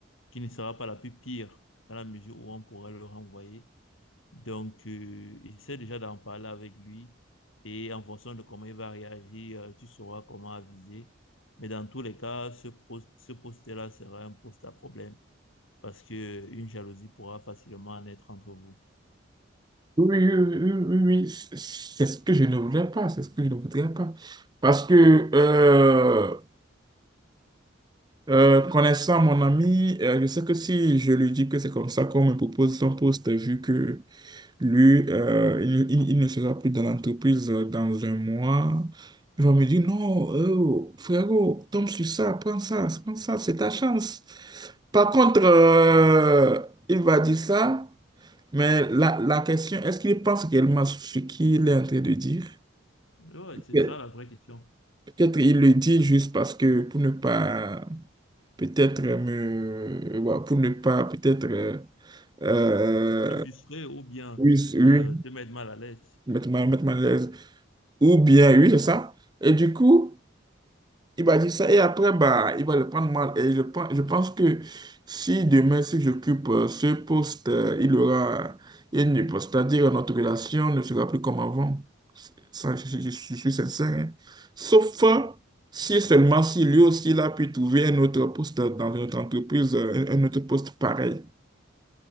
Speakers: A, on the left (about 75°); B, on the right (about 20°).
A: qui ne sera pas la plus pire dans la mesure où on pourrait le renvoyer. Donc, euh, essaie déjà d'en parler avec lui et en fonction de comment il va réagir, euh, tu sauras comment aviser. Mais dans tous les cas, ce, pro- ce poste-là sera un poste à problème parce que euh, une jalousie pourra facilement naître entre vous.
B: oui, oui, oui, oui, oui, c'est c'est ce que je ne voudrais pas, c'est ce que je ne voudrais pas. Parce que, euh, euh, connaissant mon ami, euh, je sais que si je lui dis que c'est comme ça qu'on me propose son poste, vu que Lui, euh, il, il- il ne sera plus dans l'entreprise euh, dans un mois. Il va me dire, non, euh, frérot, tombe sur ça, prends ça, prends ça, c'est ta chance. Par contre, euh, il va dire ça, mais la, la question, est-ce qu'il pense réellement ce qu'il est en train de dire?
A: Ouais, c'est
B: Pe-
A: ça la vraie question.
B: Peut-être il le dit juste parce que pour ne pas, peut-être me, ouais, pour ne pas, peut-être, euh, euh,
A: Te frustrer ou bien
B: oui, oui,
A: euh, te mettre mal à l'aise.
B: mettre mal, mettre mal à l'aise. Ou bien, oui, c'est ça. Et du coup, il m'a dit ça. Et après, bah, il va le prendre mal. Et je pense, je pense que si demain, si j'occupe euh, ce poste, euh, il aura une poste. C'est-à-dire, euh, notre relation ne sera plus comme avant. C'est- Ça, je, je- je suis je suis sincère. hein. Sauf euh, si et seulement si lui aussi, il a pu trouver un autre poste dans notre entreprise, euh, un un autre poste pareil.